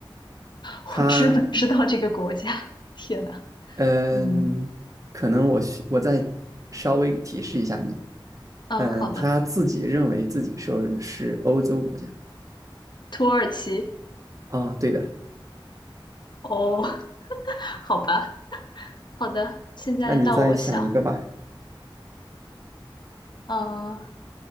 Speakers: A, on the left; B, on the right.
A: 我知不知道这个国家？
B: 它，
A: <laughs> 天呐，
B: 嗯，
A: 嗯
B: 可能我需我再稍微提示一下你，
A: 嗯，
B: 嗯，
A: 好的，
B: 他自己认为自己说是欧洲国家
A: 土耳其。
B: 啊、对的，
A: 哦，<laughs> 好吧，好的，现在到我想，
B: 那你再想一个吧。
A: 呃，